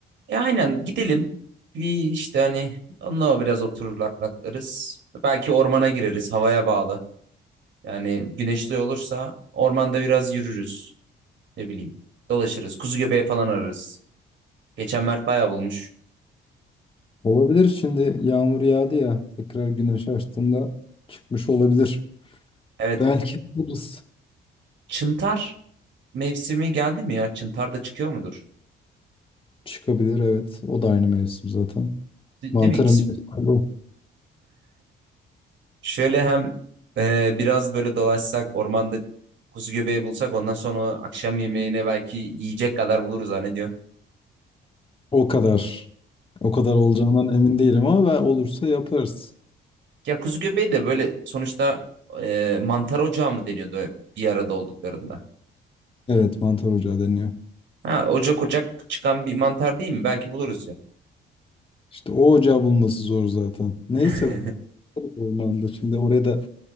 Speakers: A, on the right; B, on the left.
A: E aynen gidelim. Bir işte hani onunla biraz oturur laklarız. Belki ormana gireriz havaya bağlı. Yani güneşli olursa ormanda biraz yürürüz. Ne bileyim dolaşırız. Kuzu göbeği falan ararız. Geçen Mert bayağı bulmuş.
B: Olabilir. Şimdi yağmur yağdı ya. Tekrar güneş açtığında çıkmış olabilir.
A: Evet.
B: Belki buluruz.
A: Çıntar mevsimi geldi mi ya? Çıntar da çıkıyor mudur?
B: Çıkabilir evet. O da aynı mevsim zaten.
A: De-
B: Mantarım
A: değil mi ikisi?
B: o
A: Şöyle hem e, biraz böyle dolaşsak ormanda kuzu göbeği bulsak ondan sonra akşam yemeğine belki yiyecek kadar buluruz ha ne diyorsun?
B: o kadar. O kadar olacağından emin değilim ama ben olursa yaparız.
A: Ya kuzu göbeği de böyle sonuçta e, mantar ocağı mı deniyordu bir arada olduklarında?
B: Evet mantar ocağı deniyor.
A: Ha, ocak ocak çıkan bir mantar değil mi? Belki buluruz ya.
B: İşte o ocağı bulması zor zaten. Neyse
A: <laughs>
B: ormanda şimdi oraya da